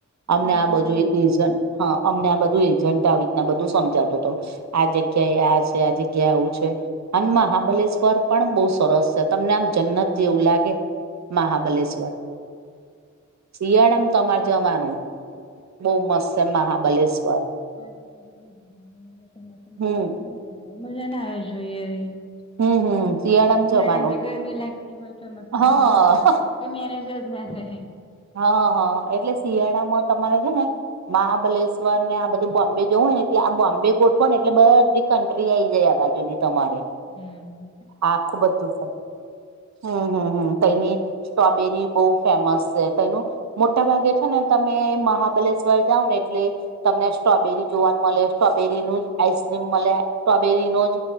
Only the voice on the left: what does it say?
એ બધું
હોય
<unintelligible>
મજા ના આવે જોઈએ એવી
ઉનાળામાંતો
ગરમી લાગતી હોય. ચોમાસામાં
પાછો વરસાદ પડતો ક મેનેજ જ ના થાય.
હમ.